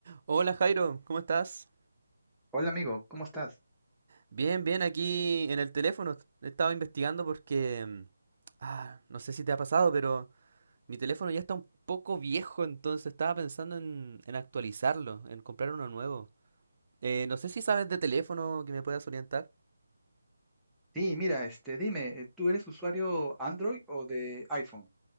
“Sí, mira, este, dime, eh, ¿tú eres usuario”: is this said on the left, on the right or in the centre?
Centre